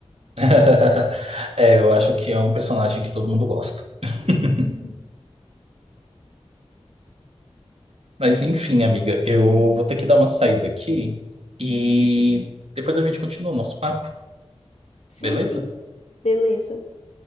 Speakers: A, on the right; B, on the left.
A: <laughs> É, eu acho que é um personagem que todo mundo gosta. <laughs>
B: <laughs> Uhum.
A: Mas enfim, amiga, eu vou ter que dar uma saída aqui e
B: Uhum.
A: depois a gente continua o nosso papo,
B: Sim,
A: beleza?
B: sim. Beleza.